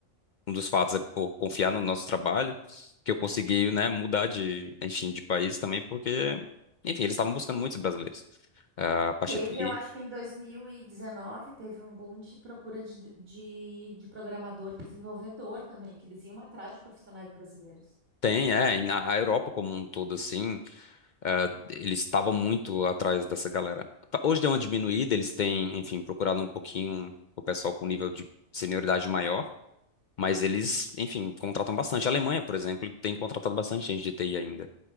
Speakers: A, on the left; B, on the right.
A: um dos fatos é por confiar no nosso trabalho, que eu consegui, né, mudar de, enfim, de país também, porque, enfim, eles estavam buscando muitos brasileiros. Ah, a parte
B: Teve,
A: de TI
B: eu acho que em 2019, teve um boom de procura de, de, de programador e desenvolvedor também, que eles iam atrás de profissionais brasileiros.
A: tem, é, e na a Europa como um todo, assim, ah, eles estavam muito atrás dessa galera. Tá, Hoje deu uma diminuída, eles têm, enfim, procurado um pouquinho o pessoal com nível de senioridade maior, mas eles, enfim, contratam bastante. A Alemanha, por exemplo, tem contratado bastante gente de TI ainda.